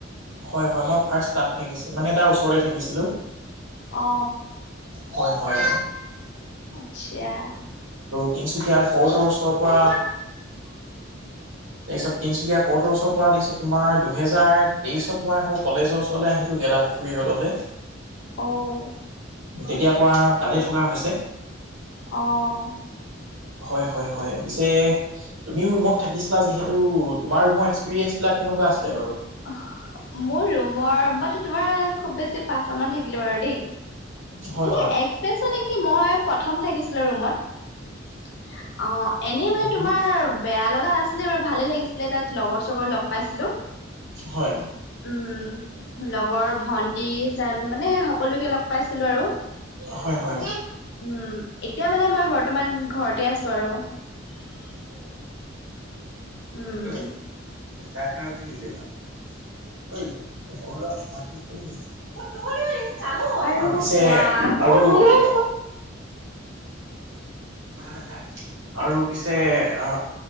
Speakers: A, on the right; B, on the left.
A: হয়, হয়, মই ফাৰ্ষ্ট তাত থাকিছিলো মানে তাৰ ওচৰতে থাকিছিলো।
B: অ।
A: হয়, হয়।
B: আচ্ছা।
A: তিনচুকীয়াৰ কৰ্টৰ ওচৰৰ পৰা। তাৰপিছত তিনচুকীয়া কৰ্টৰ ওচৰ পৰা তাৰপিছত তোমাৰ দুহেজাৰ তেইশত মই আকৌ কলেজৰ ওচৰলৈ আহিলো। গেলাপুখুৰী ৰডলে।
B: অ'।
A: তেতিয়াৰ পৰা তাতে থকা হৈছে।
B: অহঁ।
A: হয়, হয়, হয় পিছে তুমি ৰুমত থাকিচিলা যিহেতু তোমাৰ ৰুমৰ একস্পেৰিয়েনচবিলাক কেনেকা আছিলে বাৰু?
B: আহ মোৰ ৰুমৰ মইতো তোমাৰ খুব বেছি পাঁচশ মান থাকিলো বাৰু দেই।
A: হয়
B: এনে
A: হয়।
B: এক্সপেনচ মানে কি মই প্ৰথম থাকিছিলো ৰুমত অ এনেই মানে
A: উম হু।
B: তোমাৰ বেয়া লগা নাছিলে বাৰু ভালে লাগিছিলে। তাত লগৰ চগৰ লগ পাইছিলো।
A: হয়।
B: উম লগৰ ভন্টি। জান মানে সকলোকে লগ পাইছিলো আৰু উম।
A: হয় হয়।
B: এতিয়া মানে মই বৰ্তমান ঘৰতে আছো আৰু। উম।
A: ঐ কাৰ তাত দিছে বাও। ঐ সৰু ল'ৰা মত দিছেহি, মই ক'ব দেই।
B: আৰু
A: অহ পিছে
B: কোৱা
A: আৰু। অ ঐ
B: উম
A: নেখাই নেখাই। আৰু পিছে অ